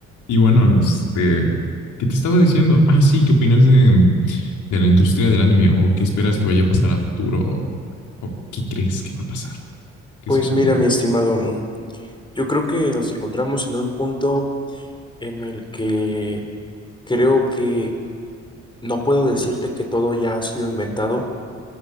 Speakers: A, on the left; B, on the left.
A: Y bueno, este, ¿qué te estaba diciendo? Ah, sí, ¿qué opinas de, de la industria del anime? ¿O qué esperas que vaya a pasar a futuro? ¿O, o qué crees que va a pasar? ¿Qué
B: Pues
A: sucederá?
B: mira, mi estimado, yo creo que nos encontramos en un punto en el que creo que no puedo decirte que todo ya ha sido inventado,